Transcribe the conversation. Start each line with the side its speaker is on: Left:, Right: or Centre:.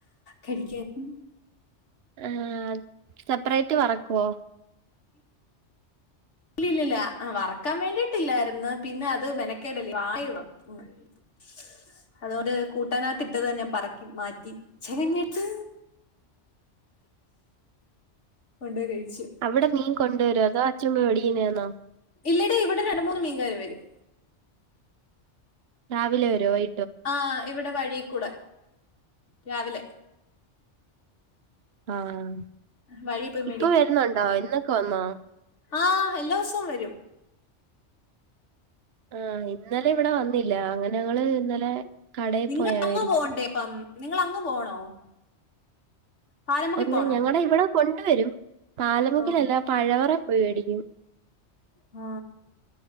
Left: കഴിക്കും
Right: ആ.. സെപ്പറേറ്റ് വറക്കുവോ
Left: ഇല്ലില്ല വറക്കാൻ വേണ്ടിട്ടില്ലായിരുന്നു പിന്നെ അത് മെനക്കേടല്ലെ <unintelligible>
Right: <inaudible>
Left: അതുകൊണ്ട് ഒരു കൂട്ടാനകത്തിട്ടത് ഞാൻ പറക്കി മാറ്റി ചെകഞ്ഞെട്ത്ത്
Right: <inaudible>
Left: കൊണ്ടായ് കഴിച്ച്
Right: അവിടെ മീൻ കൊണ്ട് വരോ അതോ അച്ഛൻ മേടിക്കുന്നത് ആണോ
Left: ഇല്ലടി ഇവിടെ രണ്ട് മൂന്ന് മീൻകാര് വരും
Right: രാവിലെ വരോ വൈ
Left: ആഹ ഇവിടെ വഴീക്കൂടെ രാവിലെ
Right: ആഹ-
Left: വഴി പോയി
Right: ഇപ്പൊ വരുന്നുണ്ടോ, ഇന്നൊക്കെ വന്നോ
Left: ആഹ്- എല്ലാ ഊസും വരും
Right: ആഹ് ഇന്നലെ ഇവിടെ വന്നില്ല അങ്ങനങ്ങള് ഇന്നലെ കടേ
Left: നിങ്ങളങ്ങുപോണ്ടേപ്പം,
Right: പോയാ വേടിച്ചെ
Left: നിങ്ങളങ്ങു പോണോ പാലമുക്കി
Right: ഒന്ന്
Left: പോണോ
Right: ഞങ്ങള ഇവിടെ കൊണ്ടുവരും, പാലമുക്കിലല്ല
Left: ആ
Right: പഴവറ പോയി വേടിക്കും
Left: ആ